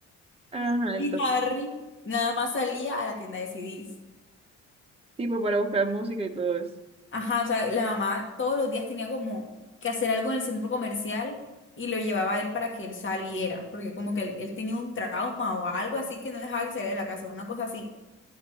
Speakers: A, on the right; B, on the left.
A: Ajá, entonces,
B: Y Harry nada más salía a la tienda de CDs.
A: tipo para buscar música y todo eso.
B: Ajá, o sea, la mamá todos los días tenía como que hacer algo en el centro comercial y lo llevaba a él para que él saliera, porque como que él, él tenía un trauma o algo así que no dejaba que saliera de la casa, una cosa así.